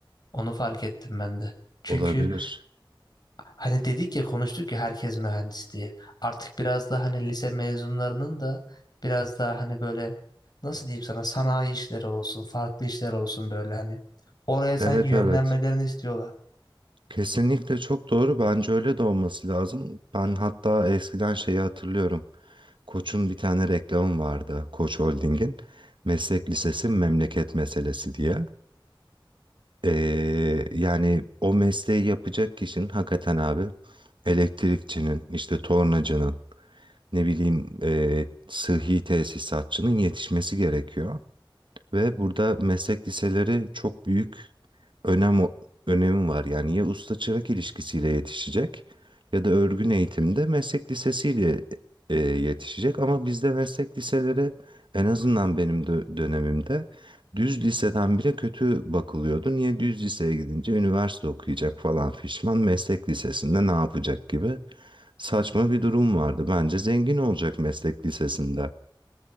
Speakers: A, on the left (about 50°); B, on the right (about 65°).
A: Onu fark ettim ben de. Çünkü
B: Olabilir.
A: Hani dedik ya konuştuk ya herkes mühendis diye. Artık biraz daha hani lise mezunlarının da biraz daha hani böyle nasıl diyeyim sana sanayi işleri olsun, farklı işler olsun böyle hani oraya sanki
B: Evet
A: yönlenmelerini
B: evet.
A: istiyorlar.
B: Kesinlikle çok doğru. Bence öyle de olması lazım. Ben hatta eskiden şeyi hatırlıyorum. Koç'un bir tane reklamı vardı. Koç Holding'in. Meslek lisesi memleket meselesi diye. Ee, yani o mesleği yapacak kişinin hakikaten abi elektrikçinin, işte tornacının, ne bileyim e, sıhhi tesisatçının yetişmesi gerekiyor. Ve burada meslek liseleri çok büyük önem önemi var. Yani ya usta çırak ilişkisiyle yetişecek ya da örgün eğitimde meslek lisesiyle e, yetişecek. Ama bizde meslek liseleri en azından benim dö- dönemimde düz liseden bile kötü bakılıyordu. Niye düz liseye gidince üniversite okuyacak falan fişman meslek lisesinde ne yapacak gibi saçma bir durum vardı. Bence zengin olacak meslek lisesinde.